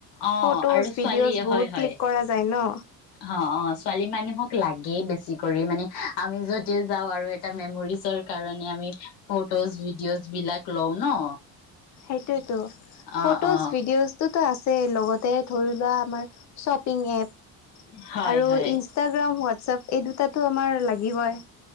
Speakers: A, on the left; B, on the left.
A: অ
B: ফটোজ
A: আৰু ছোৱালীয়ে।
B: ভিডিঅ'জ বহুত
A: হয় হয়
B: ক্লিক কৰা যায় ন
A: অ অ ছোৱালী মানুহক লাগেই বেছি কৰি মানে আমি যদি যাওঁ আৰু এটা মেমৰিজৰ কাৰণে আমি ফটোজ ভিডিঅ'জ বিলাক লওঁ ন।
B: সেইটোয়েটো ফটোজ
A: অ অ
B: ভিডিঅজটো। টো আছে লগতে ধৰি লোৱা আমাৰ শ্বপিং এপ
A: হয়
B: আৰু
A: হয়
B: ইনষ্টাগ্ৰাম হোৱাটছপ। এই দুটাটো আমাৰ লাগি হয়।